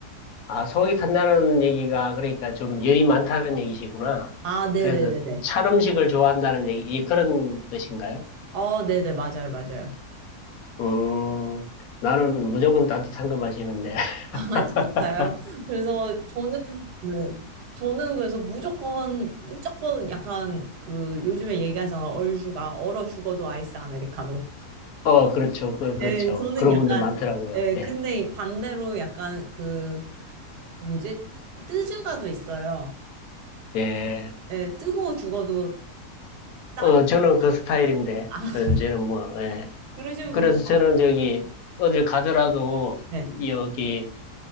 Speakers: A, on the left (about 70°); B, on the right (about 80°).
A: 아, 속이 탄다는 얘기가 그러니까 좀 열이 많다는 얘기시구나.
B: 아, 네네네네.
A: 그래서 찬 음식을 좋아한다는 얘기, 이- 그런 뜻인가요?
B: 어, 네네, 맞아요, 맞아요.
A: 음, 나는 무조건 따뜻한 거 마시는데. <laughs>
B: <laughs> 아, 진짜요? 그래서 저는, 네. 저는 그래서 무조건, 무조건 약간 그 요즘에 얘기하잖아. 얼죽아, 얼어 죽어도 아이스 아메리카노.
A: 어, 그렇죠. 그, 그렇죠.
B: 네, 저는
A: 그런
B: 약간,
A: 분들 많더라고요.
B: 예,
A: 예.
B: 근데 반대로 약간 그, 뭐지? 뜨주가도 있어요.
A: 예.
B: 예, 뜨거워 죽어도 따뜻,
A: 어, 저는 그 스타일인데.
B: 아,
A: 어,
B: <laughs>
A: 저는 뭐, 예.
B: 그러신
A: 그래서
B: 분들
A: 저는
B: 많고.
A: 저기, 어딜 가더라도,
B: 네.
A: 여기,